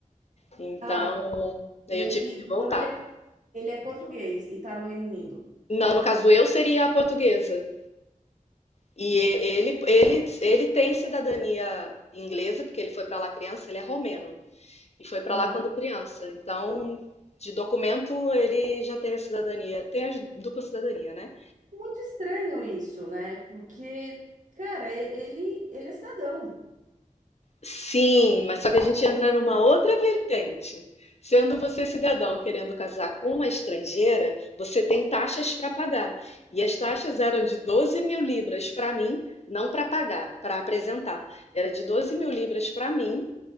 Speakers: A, on the left (about 50°); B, on the right (about 65°).
A: Então,
B: ah,
A: eu
B: ele,
A: tive que
B: então
A: voltar.
B: ele é, ele é português e tá no Reino Unido.
A: Não, no caso eu seria a portuguesa. E e- ele, ele, ele tem cidadania inglesa, porque ele foi para lá criança, ele é romeno. E foi para
B: Ah,
A: lá quando criança. Então, de documento, ele já tem a cidadania. Tem a dupla cidadania, né?
B: muito estranho isso, né? Porque, cara, e- ele, ele é cidadão.
A: Sim, mas só que a gente entra numa outra vertente. Sendo você cidadão querendo casar com uma estrangeira, você tem taxas para pagar. E as taxas eram de doze mil libras para mim, não para pagar, para apresentar. Era de doze mil libras para mim